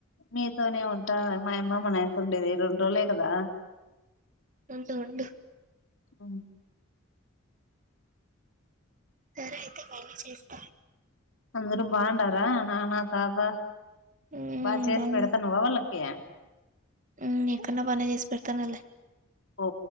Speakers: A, on the left; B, on the right.
A: మీతోనే ఉంట మాయమ్మమ్మనే అయిత ఉండేది రెండు రోజులే కదా
B: ఉంటె ఉండు
A: ఉమ్
B: సరే అయితే మళ్ళీ చేస్త
A: అందరు బాగుండార నాన్న, తాత,
B: ఉమ్
A: బాగ చేసి
B: బాగుంది
A: పెడతానవా వాళ్ళకి క్య
B: ఉమ్ నీకన్న బానే చేసి పెడతానలె
A: ఓ